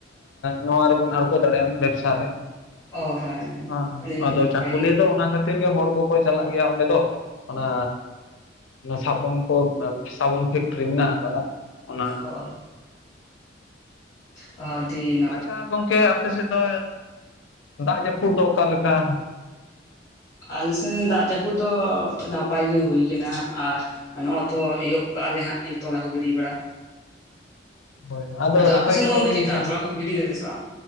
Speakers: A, on the left; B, on the left.
A: ᱱᱚᱣᱟ ᱨᱮᱵᱚᱱ ᱟᱬᱜᱚ ᱫᱟᱲᱮᱭᱟᱜᱼᱟ ᱵᱮᱵᱽᱥᱟ ᱨᱮ
B: ᱚ
A: ᱦᱮᱸ
B: ᱟᱹᱰᱤ
A: ᱟᱫᱚ
B: ᱱᱟᱯᱟᱭ
A: ᱪᱟᱠᱩᱞᱤᱭᱟᱹ
B: ᱜᱮ
A: ᱫᱚ ᱚᱱᱟ ᱠᱷᱟᱹᱛᱤᱨ ᱜᱮ ᱦᱚᱲ ᱠᱚᱠᱚ ᱪᱟᱞᱟᱜ ᱜᱮᱭᱟ ᱚᱸᱰᱮ ᱫᱚ ᱾ ᱚᱱᱟ ᱥᱟᱵᱚᱱ ᱠᱚ ᱥᱟᱵᱚᱱ ᱯᱷᱮᱠᱴᱨᱤ ᱢᱮᱱᱟᱜ ᱟᱠᱟᱫᱟ ᱚᱱᱟ ᱾
B: ᱦᱳᱭ ᱟᱰᱤᱱ
A: ᱟᱪᱪᱷᱟ ᱜᱚᱝᱠᱮ ᱟᱯᱮᱥᱮᱫ ᱫᱚ ᱫᱟᱜ ᱡᱟᱹᱯᱩᱫ ᱫᱚ ᱚᱠᱟᱞᱮᱠᱟ?
B: ᱟᱞᱮᱥᱱ ᱫᱟᱜ ᱡᱟᱹᱯᱩᱫ ᱫᱚ ᱱᱟᱯᱟᱭ ᱜᱮ ᱦᱩᱭ ᱟᱠᱟᱱᱟ ᱾ ᱟᱨ ᱱᱚᱜᱼ ᱛᱚ ᱮᱦᱚᱵ ᱠᱟᱜᱼᱟ ᱞᱮ ᱦᱟᱸᱜ ᱛᱚᱞᱟ ᱠᱚ ᱜᱤᱰᱤ ᱵᱟᱲᱟ ᱾
A: ᱦᱳᱭ ᱟᱫᱚ
B: ᱟᱯᱮ
A: ᱨᱚᱦᱚᱭ
B: ᱥᱮᱱ
A: ᱠᱚᱫᱚ
B: ᱜᱚᱢᱠᱮ
A: ᱛᱤᱱ
B: ᱪᱮᱫᱠᱟ
A: ᱥᱟᱸᱜᱽ
B: ᱛᱚᱞᱟ ᱠᱚᱯᱮ ᱜᱤᱰᱤ ᱠᱮᱫᱟ ᱥᱮ ᱵᱟᱝ